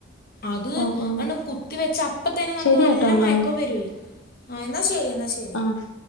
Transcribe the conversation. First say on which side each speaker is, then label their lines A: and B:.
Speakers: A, on the left (about 50°); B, on the left (about 80°).
A: അത്
B: ഓഹ് ഓഹ്
A: താണ്ട് കുത്തി വെച്ച അപ്പ തെന്നെ നമുക്ക്
B: ശരി
A: നല്ല
B: കേട്ടോ എന്നാ
A: മയക്കം വെര്വേ. എന്നാ ശെരി എന്നാ ശെ
B: ആഹ്.